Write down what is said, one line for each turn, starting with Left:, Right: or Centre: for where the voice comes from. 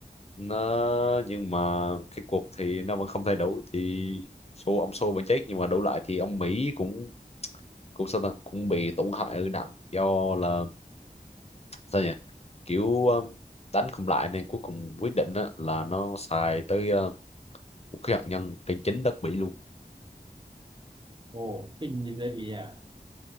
Left: nó nhưng mà cái cuộc thì nó vẫn không thay đổi thì Xô ông Xô vẫn chết nhưng mà đổi lại thì ông Mỹ cũng cũng sao ta cũng bị tổn hại ở nặng do là sao nhỉ kiểu um, đánh không lại nên cuối cùng quyết định á, là nó xài tới uh, vũ khí hạt nhân trên chính đất Mỹ luôn
Right: Ồ, kinh như thế thì à,